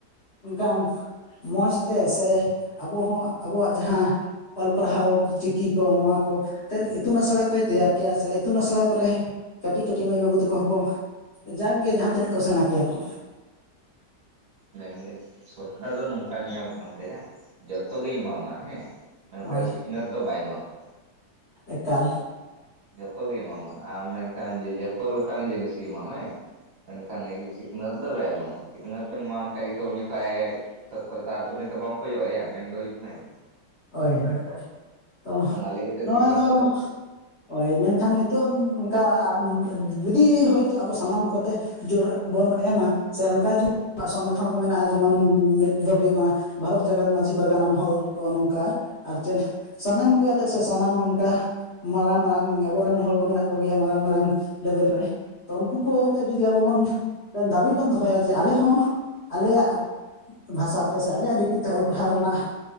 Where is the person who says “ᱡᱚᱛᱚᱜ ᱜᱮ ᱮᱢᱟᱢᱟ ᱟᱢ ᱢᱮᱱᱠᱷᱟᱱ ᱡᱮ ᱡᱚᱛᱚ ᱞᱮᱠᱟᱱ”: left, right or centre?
Right